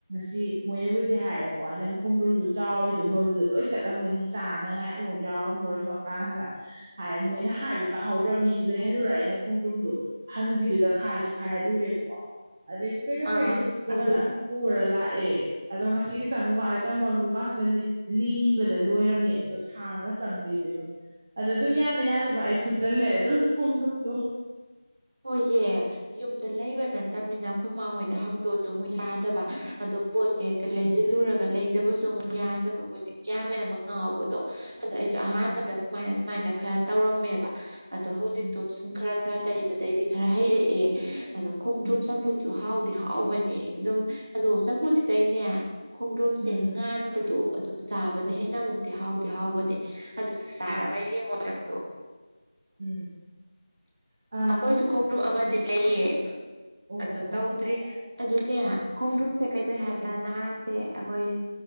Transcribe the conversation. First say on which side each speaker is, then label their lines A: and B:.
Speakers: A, on the right (about 25°); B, on the right (about 45°).
A: ꯁꯤ ꯃꯣꯏꯅꯕꯨꯗꯤ ꯍꯥꯏꯔꯦꯀꯣ ꯅꯪ ꯈꯣꯡꯗ꯭ꯔꯨꯝꯗꯣ ꯆꯥꯎꯔꯤꯗꯣ ꯃꯔꯨꯗ ꯂꯣꯏ ꯆꯠꯂꯝꯃꯅꯤ ꯆꯥꯅꯉꯥꯏ ꯑꯃꯧ ꯌꯥꯎꯔꯝꯃꯔꯣꯏ ꯃꯄ꯭ꯔꯥꯡꯒ ꯍꯥꯏ ꯃꯣꯏꯅ ꯍꯥꯏꯕꯗꯨ ꯇꯥꯍꯧꯗ꯭ꯔ ꯃꯤꯗꯨ ꯂꯩꯍꯜꯂꯨꯔ ꯑꯩꯅ ꯈꯣꯡꯗ꯭ꯔꯨꯝꯗꯨ ꯍꯅꯨꯕꯤꯗꯨꯗ ꯈꯥꯏꯁꯨ ꯈꯥꯏꯍꯜꯂꯨꯔꯦꯕꯀꯣ ꯑꯗꯩꯁꯨ ꯀꯩꯗꯧꯋꯦꯒꯦ
B: ꯑꯥ
A: ꯁꯤꯕꯨꯅ
B: ꯑꯗꯨꯒ
A: ꯄꯨꯔ ꯂꯥꯛ ꯑꯦ ꯑꯗꯣ ꯉꯁꯤ ꯆꯪꯉꯨꯒꯥꯟ ꯍꯦꯛꯇ ꯃꯔꯨ ꯀꯥꯁꯤꯅ ꯂꯤꯕꯗ ꯂꯣꯏꯔꯝꯃꯦ ꯑꯗꯣ ꯊꯥꯡꯒ ꯆꯪꯒꯤꯗ꯭ꯔꯤꯕ ꯑꯗꯣ ꯑꯗꯨꯝ ꯌꯥꯅ ꯌꯥꯅꯕ ꯑꯩ ꯐꯨꯠꯆꯜꯂꯦ ꯑꯗꯨ ꯈꯣꯡꯗ꯭ꯔꯨꯝꯗꯣ
B: ꯍꯣꯏꯌꯦ ꯌꯨꯝꯗ ꯂꯩꯕ ꯅꯠꯇꯕꯅꯤꯅ ꯈꯨꯣꯏꯃꯥ ꯍꯣꯏꯗ ꯍꯪꯗꯣꯁꯨ ꯑꯃꯨꯛ ꯌꯥꯗꯕ ꯄꯣꯠꯁꯦ ꯂꯩꯁꯤꯜꯂꯨꯔꯒ
A: ꯎꯝ
B: ꯂꯩꯗꯕꯁꯨ ꯑꯃꯨꯛ ꯌꯥꯗꯕ ꯑꯩꯈꯣꯏꯁꯦ ꯒ꯭ꯌꯥꯟ ꯃꯦꯟ ꯑꯃ ꯉꯥꯎꯕꯗꯣ ꯑꯗꯣ ꯑꯩꯁꯨ ꯑꯍꯥꯟꯕꯗ
A: ꯑꯥ
B: ꯀꯃꯥꯏ ꯑꯗꯨꯃꯥꯏꯅ ꯈꯔ ꯇꯧꯔꯝꯃꯦꯕ ꯑꯗꯣ ꯍꯧꯖꯤꯛꯇꯣ
A: ꯎꯝ
B: ꯁꯨꯝ ꯈꯔ ꯈꯔ ꯂꯩ ꯕꯗꯩꯗꯤ ꯈꯔ ꯍꯩꯔꯛꯑꯦ ꯑꯗꯣ ꯈꯣꯡꯗ꯭ꯔꯨꯝ
A: ꯎꯝ
B: ꯆꯝꯐꯨꯠꯇꯨ ꯍꯥꯎꯗꯤ ꯍꯥꯎꯕꯅꯦ ꯑꯗꯨꯝ ꯑꯗꯣ ꯆꯝꯐꯨꯠꯁꯤꯗꯩꯅꯦ ꯈꯣꯡꯗ꯭ꯔꯨꯝꯁꯦ
A: ꯎꯝ
B: ꯉꯥꯟꯕꯗꯣ ꯑꯗꯨ ꯆꯥꯕꯅ ꯍꯦꯟꯅ ꯑꯃꯨꯛꯇꯤ ꯍꯥꯎꯗꯤ ꯍꯥꯎꯕꯅꯦ ꯑꯗꯨꯁꯨ ꯆꯥꯔꯒ
A: ꯍꯣꯏ
B: ꯌꯦꯡꯉꯣ ꯅꯪꯗꯨ
A: ꯎꯝ ꯑꯥ
B: ꯑꯩꯈꯣꯏꯁꯨ ꯈꯣꯡꯗ꯭ꯔꯨꯝ ꯑꯃꯗꯤ ꯂꯩꯌꯦ
A: ꯑꯣ
B: ꯑꯗꯨ
A: ꯑꯣ
B: ꯇꯧꯗ꯭ꯔꯤ
A: ꯑꯣ
B: ꯑꯗꯨꯅꯦ ꯈꯣꯡꯗ꯭ꯔꯨꯝꯁꯦ ꯀꯩꯗꯧꯏ ꯍꯥꯏꯀꯥꯟꯗ ꯅꯍꯥꯟꯁꯦ ꯑꯩꯈꯣꯏ